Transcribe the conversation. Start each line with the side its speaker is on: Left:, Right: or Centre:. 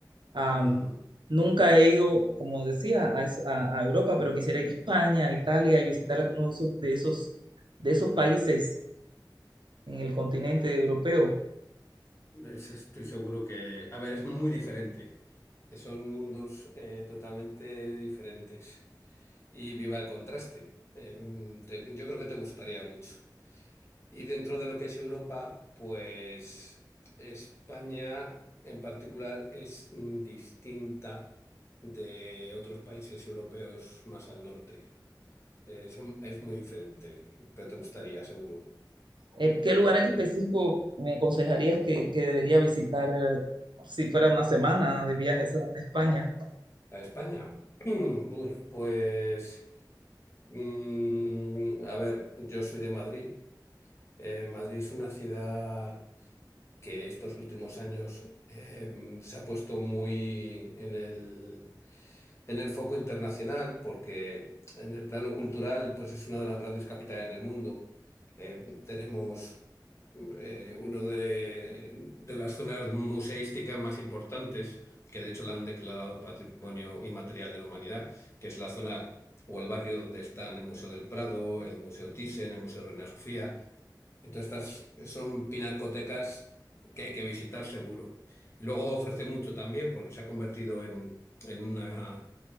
Right: Am,
Left: Ujú.
Right: nunca he ido, como decía, a, es- a- a Europa, pero quisiera ir a España, a Italia y visitar algunos de esos, de esos, de esos países en el continente europeo.
Left: Es- estoy seguro que, a ver, es muy diferente. Eh, Son mundos eh, totalmente diferentes. Y viva el contraste. Em, te- yo creo que te gustaría mucho. Y dentro de lo que es Europa, pues España en particular es mm, distinta de otros países europeos más al norte. Eh, son- es muy diferente, pero te gustaría, seguro.
Right: Eh, ¿qué lugar en específico me aconsejarías que, que debería visitar eh, si fuera una semana de viajes a España?
Left: ¿A España? <clears throat> Bueno, pues, mm, a ver, yo soy de Madrid. Eh, Madrid es una ciudad que estos últimos años em, se ha puesto muy en el en el foco internacional, porque en el plano cultural, pues es una de las grandes capitales del mundo. Eh, tenemos eh, uno de, de las zonas museísticas más importantes, que de hecho la han declarado Patrimonio Inmaterial de la Humanidad, que es la zona o el barrio donde están el Museo del Prado, el Museo Thyssen, el Museo Reina Sofía. Entonces, estas son pinacotecas que hay que visitar seguro. Y luego ofrece mucho también, porque se ha convertido en, en una,